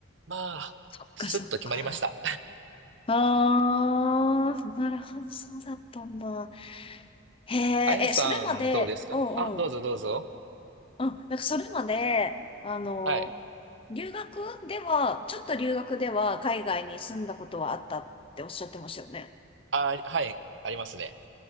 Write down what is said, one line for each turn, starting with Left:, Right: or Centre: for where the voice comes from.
Right: まあ、
Left: そっかそっか。
Right: すっと決まりました。
Left: ああ、なるほど、そうだったんだ。へえ、
Right: あやさんどうですかあ、
Left: え、それまで、うんうん。
Right: どうぞどうぞ。
Left: うん、なんかそれまで、あの、
Right: はい。
Left: 留学では、ちょっと留学では海外に住んだことはあったっておっしゃってましたよね。
Right: あ、はい、ありますね。